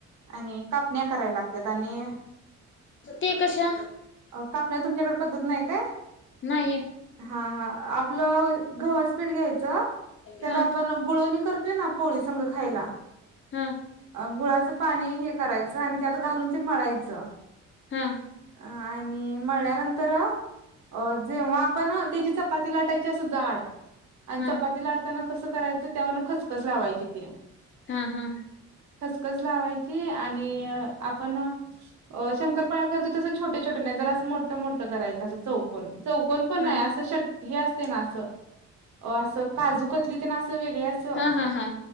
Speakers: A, on the right; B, on the left.
A: आणि कापण्या करायला लागतात आणि
B: ते कशा
A: कापण्या तुमच्याकडे पद्धत नाही काय
B: नाही
A: हा हा आ आपलं गव्हाच पीठ घ्यायचं त्यात
B: हा हा
A: आपण गुळोणी करतोय ना पोळीसंगं खायला
B: हा
A: गुळाचं पाणी हे करायचं आणि त्यात घालून मळायचं.
B: हां.
A: हा आणि आणि मळल्यानंतर ह अ जेव्हा आपण त्याची चपाती लाटायची असं जाड. आणि
B: हा
A: चपाती लाटताना कसं करायचं, त्यावरन खचखस लावायची तीया
B: हा हा.
A: खसखस लावायची, आणि आपण अ शंकरपाळे. तसं छोटे, छोटे नाही जर असं मोठं, मोठं करायचं असं चौकन चौकन पण
B: हा
A: नाही असं षटकोन हे असते ना, असं असं काजू कतली तर ना, असं वेगळे असं
B: हा हा हा